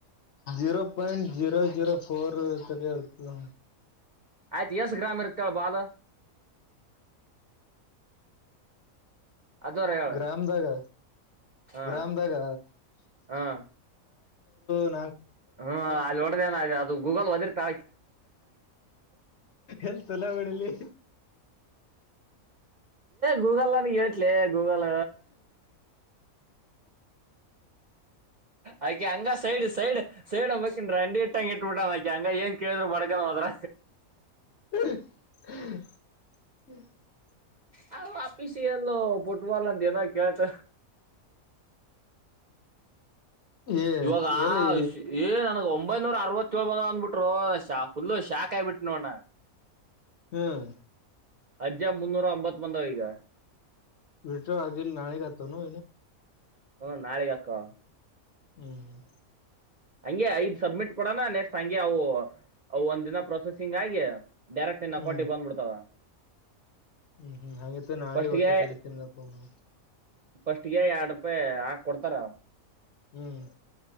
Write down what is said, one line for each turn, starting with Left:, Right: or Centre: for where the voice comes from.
Left: ೀರೋ ಪಟ್ ಜೋ ಜೀರೋ ಫೋರ್ ತಗ ಇರ್ತದೆ
Right: ಆಯ್ತು ಎಸ್ ಗ್ರಾಮ ಇರ್ತ್ತಳ ಬಾಾಲ ಅದರ ಹೇಳ
Left: ಗ್ರಾಮದಗ
Right: ಹಾ
Left: ಗ್ರಾಮದಾಗ
Right: ಹಾ
Left: ನ
Right: ಹ್ಮ ಅಲ್ಲಿ ಒಡದ ಅದು ಗೂಗಲ್ ಹದ್ರ ತ
Left: ಎಲ್ಲಿ ತುಲ ಬಿಡಿಲಿ
Right: ಗೂಗಲ್ ಗಟ್ಲ ಗೂಗಲ ಆಯ್ಕೆ ಹಂಗ ಸೈಡ್ ಸೈಡ್ ಸೈಡ್ ಹಬ್ಬನ್ ರಂಡಿ ಇಟ್ಟಂಗ ಇಟ್ಬಿಟ್ಟಾಕಿ ಹಂಗ ಏನ್ ಕೇಳಿದ್ರು ಬಡಗನ ಹದ್ರ
Left: ಹ್ಮ
Right: ಹ ಆಫೀಿಸಿ ಎಲ್ಲ ಬುಟ್ಬಲ್ ಅಂತ ಏನ ಕ ಆಯ್ತ
Left: ಏ
Right: ಇವಾಗ
Left: ಎಲ್ಲಿ
Right: ಆಷ ಏ ನನಗೆ ಒ ಒಂಬೈನೂರ ಅರವತ್ತೇಳಳ್ ಬಂದ ಅಂದ್ಬಿಟ್ರು ಶಾ ಫುಲ್ಲು ಶಾಕ್ ಆಯಿಬಿಟ್ು ನೋಡಣ್ಣ
Left: ಹ್ಮ್
Right: ಅಜ್ಜ ಮುನ್ನೂರ ಅಂಬತ್ ಮಂದ ಈಗ
Left: ವಿಟ ಆಗಿ ನಾಣಗತನು
Right: ಹ್ಮ ನಾೆಗೆ ಅಕ್ಕಾ
Left: ಹ್ಮ್ ಹ್ಮ್
Right: ಹಂಗೆ ಐದು್ ಸಬ್ಮಿಟ್ ಕೊಡೋಣ ನೆಕ್ಸ್ಟ್ ಹಂಗೆ ಅವು ಅ ಒಂದ್ ದಿನ ಪ್ರೊಸೆಸಿಂಗ್ ಆಗಿ ಡೈರೆಕ್ಟ್ ನಿನ್ ಅಕೌಂಟಿಗೆ
Left: ಹ್ಮ್
Right: ಬಂದ್ಬಡ್ತಾವ
Left: ಹ್ಮ್ ಹ್ಮ್ ಹಾಗತ್ತು ನಾಳೆ
Right: ಫಸ್ಟ್ಗೆ
Left: ಓಟ ಕಡತಿಲ್ಲಪ್ಪನು
Right: ಫಸ್ಟ್ಗೆ ಎರಡ್ ರೂಪಾಯಿ ಹಾಕ್ ಕೊಡ್ತಾರ
Left: ಹ್ಮ್